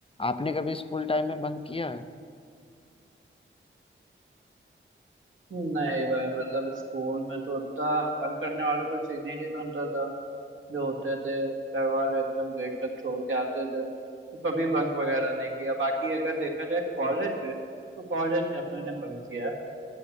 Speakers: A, on the left (about 25°); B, on the right (about 70°).
A: आपने कभी स्कूल टाइम में बंक किया है
B: नहीं भाई मतलब स्कूल में तो उतना तंग करने वाला कोई सीन ही नहीं बनता था जो होते थे घर वाले एकदम गेट तक छोड़ के आते थे तो कभी बंक वगैरह नहीं किया बाकी अगर देखा जाए कॉलेज में तो कॉलेज में अपने ने बंक किया है।